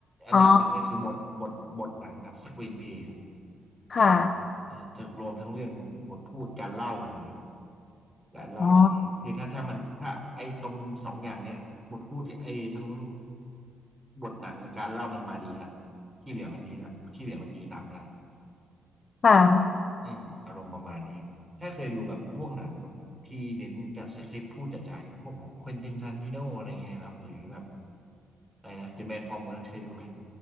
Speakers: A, in the centre; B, on the left.
A: อันดับหนึ่งเลยคือบทบทบทหนังครับ
B: อ๋อ
A: screen play ครับ
B: ค่ะ
A: เออเออจะรวมทั้งเรื่องบทพูดการเล่าอะไรอย่างเงี้ย การเล่าอะไรเงี้ยคือถ้าถ้ามันถ้าไอ้ตรงสองอย่างเนี้ยบทพูดไอ้ทั้ง
B: อ๋อ
A: บทหนังกับการเล่ามันมาดีละที่เหลือมันดีละที่เหลือมันดีตามได้
B: ค่ะ
A: อืมอารมณ์ประมาณนี้ ถ้าเคยดูแบบพวกหนังแบบที่เน้นกับสคริปต์พูดจ๋าๆอย่างพวกของควินตินทารันติโนอะไรเงี้ยครับ หรือแบบอะไรนะ The Man from Earth เคยดูไหม